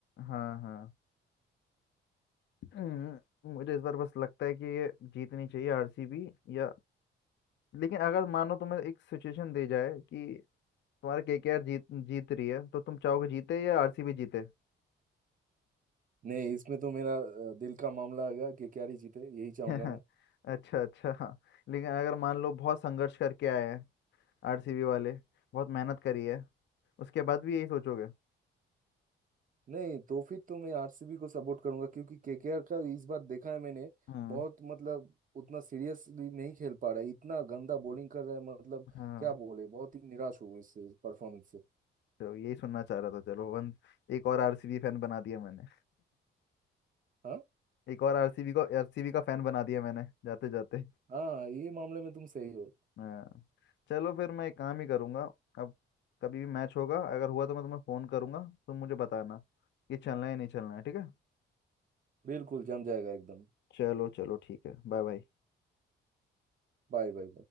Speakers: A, on the left; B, on the right.
A: हाँ हाँ हम्म, मुझे इस बार बस लगता है कि ये जीतनी चाहिए आरसीबी या लेकिन अगर मानो तुम्हें एक सिचुएशन दी जाए कि तुम्हारे केकेआर जीत जीत रही है तो तुम चाहोगे जीते या आरसीबी जीते
B: नहीं इसमें तो मेरा अ, दिल का मामला आएगा केकेआर ही जीते यही चाहूंगा
A: <laughs>
B: मैं
A: अच्छा अच्छा हाँ। लेकिन अगर मान लो बहुत संघर्ष करके आए हैं आरसीबी वाले बहुत मेहनत करी है उसके बाद भी यही सोचोगे
B: नहीं तो फिर तो मैं आरसीबी को सपोर्ट करूंगा क्योंकि केकेआर का इस बार देखा है मैंने
A: हम्म
B: बहुत मतलब उतना सीरियसली नहीं खेल पा रहा है इतना गंदा बॉलिंग कर रहा है मतलब
A: हाँ
B: क्या बोले बहुत ही निराश हुआ इससे परफॉर्मेंस से
A: तो यही सुनना चाह रहा था चलो वन एक और आरसीबी फैन बना दिया मैंने
B: हाँ
A: एक और आरसीबी को आरसीबी का फैन बना दिया मैंने जाते जाते
B: हाँ ये मामले में तुम सही हो
A: हाँ चलो फिर मैं एक काम ही करूँगा अब कभी भी मैच होगा अगर हुआ तो मैं तुम्हें फ़ोन करूँगा तुम मुझे बताना कि चलना है नहीं चलना है ठीक है
B: बिल्कुल जम जाएगा एकदम
A: चलो चलो ठीक है बाय बाय
B: Bye bye